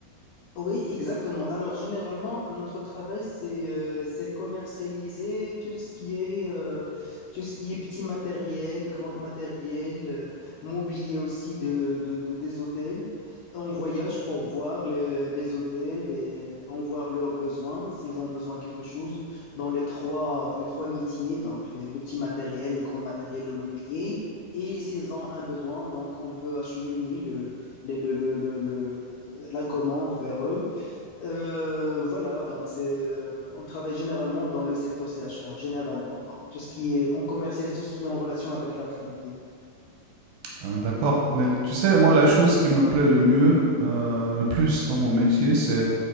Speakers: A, on the left; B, on the right.
A: Oui, exactement. Alors, généralement, notre travail, c'est euh, c'est commercialiser tout ce qui est euh, tout ce qui est petit matériel, grand matériel, euh, mobilier aussi de, de- de- des hôtels. On voyage pour voir les, les hôtels et on voit leurs besoins, s'ils ont besoin de quelque chose dans les trois les trois métiers, donc le, le petit matériel, le grand matériel, le mobilier. Et s'ils ont un besoin, donc on peut acheminer les- le- le- le- le- la commande vers eux. Euh, voilà, donc c'est, euh, on travaille généralement dans le secteur C H R généralement. Donc tout ce qui est en commercial tout ce qui est en relation avec l'activité.
B: Euh, d'accord. Mais tu sais, moi, la chose qui me plaît le mieux, euh, le plus dans mon métier, c'est